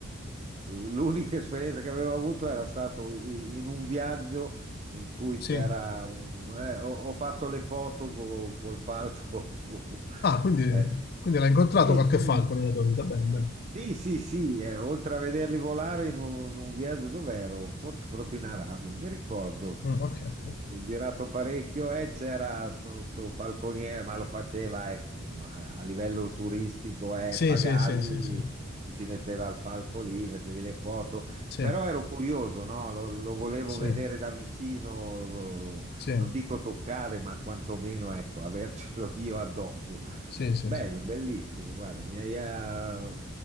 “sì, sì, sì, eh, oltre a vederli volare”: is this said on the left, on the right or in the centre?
Right